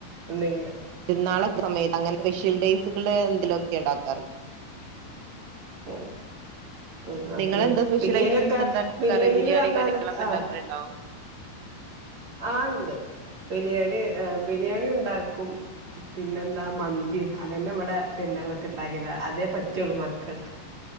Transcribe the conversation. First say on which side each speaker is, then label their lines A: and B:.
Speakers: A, on the right (about 45°); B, on the right (about 85°).
A: എന്നെങ്കിലു
B: പരുന്നാള് സമയങ്ങനെ സ്പെഷ്യൽ ഡേസുകള് എന്തെലുക്കെ ഉണ്ടാക്കാർ
A: ഓ ഉം അത്
B: നിങ്ങളെന്താ സ്പെഷ്യൽ
A: ബിരിയാണിക്കെ
B: ഐറ്റംസ് എന്താ ഉണ്ടാക്കാറ്
A: ബിരിയാണിൽ
B: ബിരിയാണി
A: തന്ന
B: കാര്യങ്ങളൊക്കെ ഉണ്ടാക്കാറുണ്ടോ
A: ആഹ് ആ ണ്ട് ബിരിയാണി ബിരിയാണി ഉണ്ടാക്കും പിന്നെന്താ മന്തി അതന്നെ ഇവിടെ പിന്നർക്കൊക്കെ ഉണ്ടാക്കി അതേ പറ്റുള്ളു മക്കൾക്ക്‌